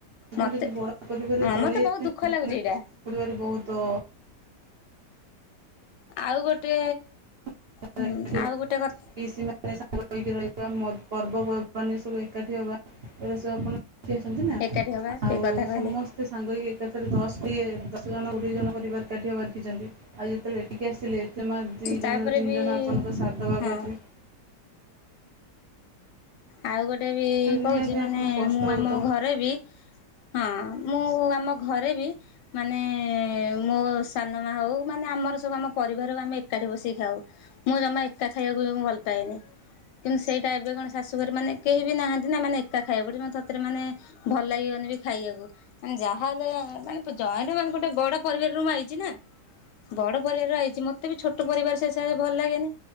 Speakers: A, on the right; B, on the left.
A: ଗୋଟେ
B: ମତେ
A: ବଡ ପରିବାରରେ
B: ହଁ
A: ଚଳି
B: ମତେ
A: ଯାଇଚନ୍ତି।
B: ବହୁତ ଦୁଃଖ ଲାଗୁଛି
A: <inaudible> ଆଜିକାଲି
B: ଏଇଟା
A: ବହୁତ
B: ଆଉ ଗୋଟେ
A: <inaudible>
B: ହୁଁ ଆଉ ଗୋଟେ କଥା
A: ପିଇସି ମା ସାଙ୍ଗ ହେଇକି ରହିବା ପର୍ବପର୍ବାଣି ସବୁ ଏକାଠି ହବା ଏରା ସବୁ ଆପଣ <unintelligible> ଅଛନ୍ତିନା
B: ଏକାଠି ହବା ଠିକ
A: ଆଉ
B: କଥା କହିଲେ
A: ସମସ୍ତେ ସାଙ୍ଗ ହେଇକି ଏକାଠି ଯେତେବେଳେ ଦଶ୍ କି ଦଶ ଜଣ କୋଡ଼ିଏ ଜଣ ପରିବାର ଏକାଠି ହବାର ଦେଖିଚନ୍ତି ଆଉ ଯେତେବେଳେ ଏଠିକି ଆସିଲେ ଜମା ଦି
B: ତାପରେ
A: ଜଣରୁ ତିନି
B: ବି
A: ଜଣ ଆପଣଙ୍କ ସାତ୍ ଦବାକୁ
B: ହଁ
A: ଅଛନ୍ତି।
B: ଆଉ ଗୋଟେ ବି
A: ତ ନିହାତି
B: କହୁଚି ମାନେ
A: ଆପଣଙ୍କୁ କଷ୍ଟ
B: ମୁଁ
A: ହେଉଥିବ।
B: ଆମ ଘରେ ବି ହଁ ମୁଁ ଆମ ଘରେ ବି ମାନେ ମୋ ସାନ ମା ହଉ ମାନେ ଆମର ସବୁ ଆମ ପରିବାର ଆମେ ଏକାଠି ବସିକି ଖାଉ। ମୁଁ ଜମା ଏକା ଖାଇବାକୁ ବି ମୁଁ ଭଲ ପାଏନି। କିନ୍ତୁ ସେଇଟା ଏବେ କଣ ଶାଶୁଘରେ ମାନେ କେହି ବି ନାହାନ୍ତି ନା ମାନେ ଏକା ଖାଇବାକୁ ପଡୁଚି ମତେ ଥ ଥରେ ମାନେ ଭଲ୍ ଲାଗିବନି ବି ଖାଇବାକୁ ମାନେ ଯାହାହେଲେ ମାନେ ଜଏଣ୍ଟ୍ ମାନେ ଗୋଟେ ବଡ ପରିବାର ରୁ ମୁଁ ଆଇଚି ନା। ବଡ ପରିବାରରୁ ଆଇଚି ମତେ ବି ଛୋଟ ପରିବାର ଶେଷରେ ଭଲ ଲାଗେନି